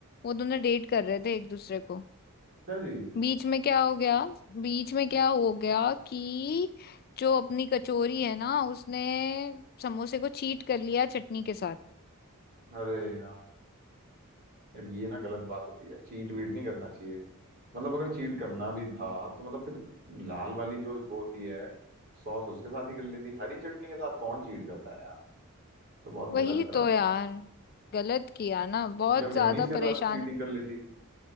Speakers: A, on the left; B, on the right.
A: वो दोनों डेट कर रहे थे एक दूसरे को
B: अच्छा जी
A: बीच में क्या हो गया बीच में क्या हो गया कि जो अपनी कचौरी है ना उसने समोसे को चीट कर लिया चटनी के साथ
B: अरे यार यार ये ना गलत बात होती है चीट वीट नहीं करना चाहिए मतलब अगर चीट करना भी था तो मतलब फिर लाल वाली जो वो होती है सॉस उसके साथ ही कर लेती हरी चटनी के साथ कौन चीट करता है यार तो बहुत
A: वही
B: गलत करा
A: तो यार गलत किया ना बहुत
B: या म्योनीस
A: ज्यादा
B: के
A: परेशान
B: साथ चीटिंग
A: है
B: कर लेती